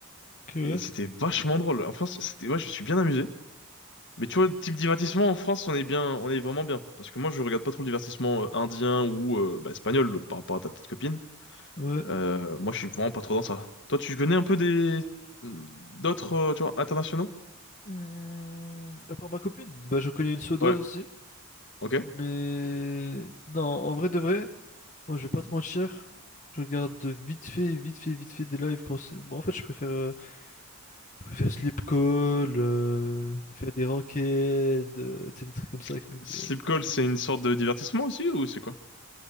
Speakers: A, on the left; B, on the left.
A: Ok, ouais.
B: Et c'était vachement drôle. En France, c'était, ouais, je me suis bien amusé. Mais tu vois, type divertissement en France, on est bien, on est vraiment bien. Parce que moi, je regarde pas trop le divertissement euh, indien ou euh, bah, espagnol le- par rapport à ta petite copine.
A: Ouais.
B: Euh, moi, je suis vraiment pas trop dans ça. Toi, tu connais un peu des hmm, d'autres, euh, tu vois, internationaux?
A: Hmm, À part ma copine, bah, je connais une suédoise
B: Ouais.
A: aussi.
B: Ok.
A: Mais non, en vrai de vrai, Moi, je vais pas te mentir. Je regarde de vite fait, vite fait, vite fait des lives quand c'est- bon, en fait, je préfère, euh, je préfère sleep call, euh, faire des ranked, euh, tu sais, des trucs comme ça
B: <laughs>
A: avec mes,
B: Sleep
A: avec mes
B: call,
A: copines.
B: c'est une sorte de divertissement aussi ou c'est quoi?